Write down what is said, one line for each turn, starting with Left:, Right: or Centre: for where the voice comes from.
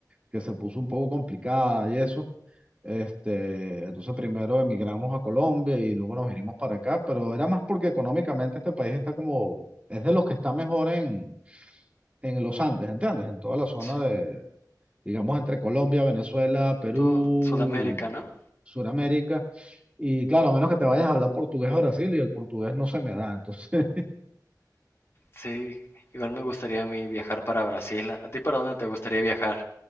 Right: que se puso un poco complicada y eso. Este, entonces primero emigramos a Colombia y luego nos vinimos para acá, pero era más porque económicamente este país está como, es de los que está mejor en, en los Andes, ¿entiendes? En toda la zona
Left: Sí.
Right: de, digamos, entre Colombia, Venezuela, Perú,
Left: Todo Sudamérica, ¿no?
Right: Sudamérica. Y claro, a menos que te vayas a hablar portugués a Brasil y el portugués no se me da. Entonces,
Left: Sí, igual me gustaría a mí viajar para Brasil. ¿A ti para dónde te gustaría viajar?